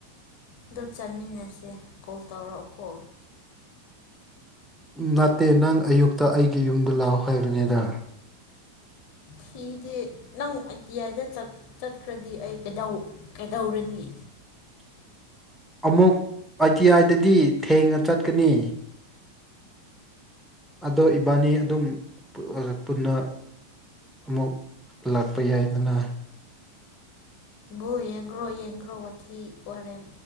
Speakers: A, on the left (about 45°); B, in the centre.
A: ꯑꯗꯣ ꯆꯥꯃꯤꯟꯅꯁꯦ ꯀꯣꯜ ꯇꯧꯔꯛꯑꯣꯀꯣ
B: ꯅꯠꯇꯦ ꯅꯪ ꯑꯌꯨꯛꯇ ꯑꯩꯒꯤ ꯌꯨꯝꯗ ꯂꯥꯛꯑꯣ ꯍꯥꯏꯕꯅꯤꯗ
A: ꯐꯤꯗꯤ ꯅꯪ ꯑꯥꯏꯇꯤ ꯑꯥꯏꯗ ꯆꯠ ꯆꯠꯈ꯭ꯔꯗꯤ ꯑꯩ ꯀꯩꯗꯧ ꯀꯩꯗꯧꯔꯅꯤ
B: ꯑꯃꯨꯛ ꯑꯥꯏ ꯇꯤ ꯑꯥꯏꯗꯗꯤ ꯊꯦꯡꯅ ꯆꯠꯀꯅꯤ ꯑꯗꯣ ꯏꯕꯥꯅꯤ ꯑꯗꯨꯝ ꯄꯨꯜꯂꯒ ꯄꯨꯟꯅ ꯑꯃꯨꯛ ꯂꯥꯛꯄ ꯌꯥꯏꯗꯅ
A: ꯕꯣꯜ ꯌꯦꯡꯈ꯭ꯔꯣ ꯌꯦꯡꯈ꯭ꯔꯣ ꯋꯥꯊꯤ ꯋꯥꯔꯦꯝ